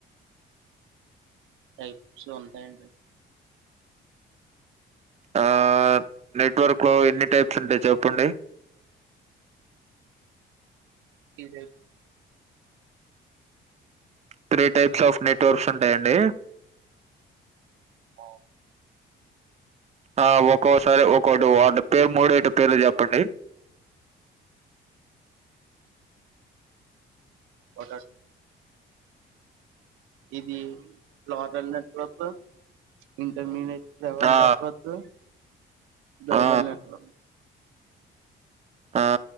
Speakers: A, on the right; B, on the right.
A: టైప్స్ ఉంటాయి అండి
B: ఆ నెట్వర్క్ లో ఎన్ని టైప్స్ ఉంటాయి చెప్పండి
A: ఇజ
B: త్రీ టైప్స్ ఆఫ్ నెట్వర్క్స్ ఉంటాయండి
A: ఓ
B: ఆ ఒక్కోసారి ఒక్కోటి వాటి పేరు మూడు ఐ టం పేరులు చెప్పండి
A: బజాజ్ ఇది లోకల్ నెట్వర్క్ ఇంటర్మీడియట్ ఎవల్ద
B: ఆ
A: నెట్వర్కు దబల్
B: ఆ
A: నెట్వర్క్
B: ఆ